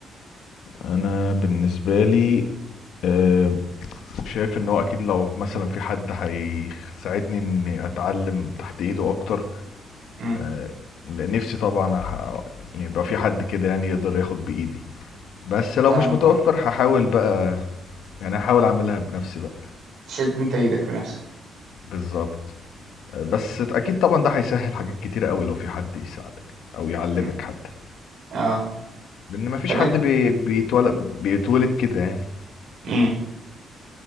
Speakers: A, on the left; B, on the right.
A: انا بالنسبه لي آه، شايف ان هو اكيد لو مثلا في حد هيساعدني اني اتعلم تحت ايده اكتر
B: امم
A: آه، نفسي طبعا أح... يعني يبقى في حد كده يعني يقدر ياخد بإيدي بس لو
B: فاهمك
A: مش متوفر
B: اه
A: هحاول بقى يعني هحاول اعملها بنفسي بقى
B: تشد انت ايدك بنفسك
A: بالظبط آه، بس اكيد طبعا ده هيسهل حاجات كتير قوي لو في حد يساعدك او يعلمك
B: مم.
A: حتى
B: اه
A: لان مفيش
B: طب
A: حد
B: انت
A: بي... بيتولد بيتولد كده يعني
B: امم